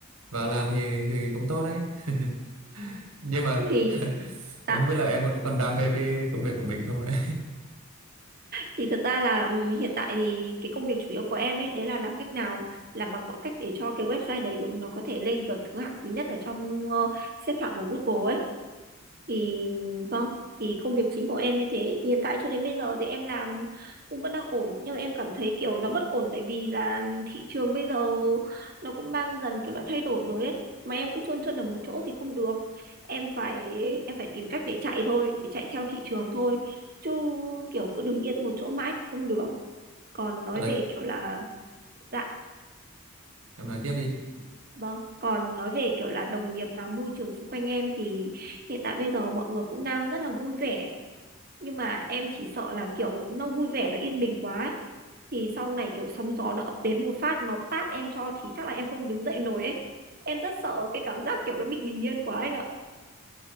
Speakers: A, on the right; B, on the right.
A: vào làm thì thì cũng tốt đấy <laughs> nhưng mà
B: Thì
A: <laughs>
B: tạ-
A: không biết là em còn còn đam mê với công việc của mình không ấy
B: thì thật ra là ừm, hiện tại thì cái công việc chủ yếu của em ấy đấy là làm cách nào làm bằng mọi cách để cho cái website đấy của nó có thể lên kiểu thứ hạng thứ nhất ở trong ờ, xếp hạng của Google ấy thì vâng thì công việc chính của em như thế thì hiện tại cho đến bây giờ thì em làm cũng vẫn đang ổn nhưng mà em cảm thấy kiểu nó bất ổn tại vì là thị trường bây giờ nó cũng đang dần kiểu là thay đổi rồi ấy mà em cứ chôn chân ở một chỗ thì không được em phải em phải tìm cách để chạy thôi để chạy theo thị trường thôi chứ kiểu cứ đứng yên một chỗ mãi thì không được còn nói
A: <laughs>
B: về
A: Rồi,
B: kiểu là dạ
A: em nói tiếp đi
B: vâng còn nói về kiểu là đồng nghiệp và môi trường xung quanh em thì hiện tại bây giờ mọi người cũng đang rất là vui vẻ nhưng mà em chỉ sợ là kiểu nó vui vẻ nó yên bình quá ấy. thì sau này kiểu sóng gió nó ập đến một phát nó tát em cho thì chắc là em không đứng dậy nổi ấy em rất sợ cái cảm giác kiểu nó bị bình yên quá anh ạ